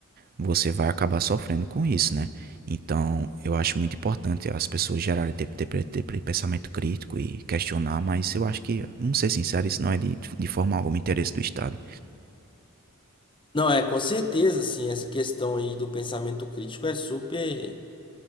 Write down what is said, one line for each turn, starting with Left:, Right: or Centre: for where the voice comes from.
Right: você vai acabar sofrendo com isso, né? Então, eu acho muito importante as pessoas gerarem ter, ter, ter, ter pensamento crítico e questionar, mas eu acho que, vamos ser sinceros, isso não é de, de forma alguma interesse do Estado.
Left: Não, é com certeza, assim, essa questão aí do pensamento crítico é super,